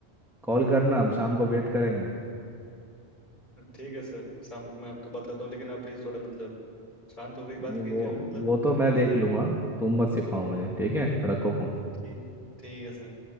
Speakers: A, in the centre; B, on the left.
A: कॉल करना हम शाम को वेट करेंगे
B: ठीक है सर शाम को मैं आपको बात करता हूँ लेकिन आप प्लीज थोड़ा मतलब शांत हो गई बात
A: नहीं
B: कीजिए
A: वो
B: मतलब
A: वो तो मैं
B: हाँ
A: देख लूंगा तुम मत सिखाओ मुझे ठीक है रखो फोन
B: ठीक ठीक है सर